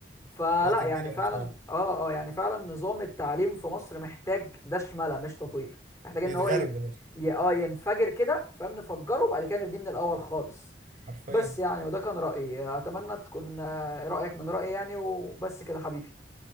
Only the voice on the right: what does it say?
وقت
كبير قوي
بصراحه
يتغرب
ده
حرفيا